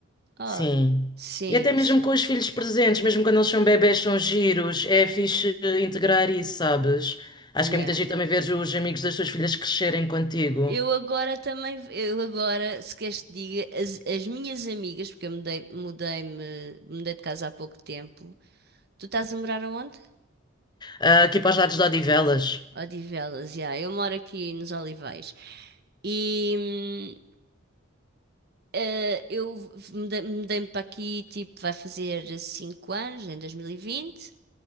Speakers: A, on the right; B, on the left.
A: Oh,
B: sim.
A: sim,
B: E até mesmo
A: sim.
B: com os filhos presentes, mesmo quando eles são bebés, são giros, é fixe integrar isso, sabes? Acho
A: Yeah.
B: que é muito giro também ver os amigos das tuas filhas crescerem contigo.
A: Eu agora também, eu agora, se queres que diga, as, as minhas amigas, porque eu mudei, mudei-me, mudei de casa há pouco tempo. Tu estás a morar aonde?
B: Ah, aqui para os lados de Odivelas.
A: Odivelas, já Eu moro aqui nos Olivais. E hum, eh, eu mudei- mudei-me para aqui, tipo, vai fazer 5 anos, em 2020.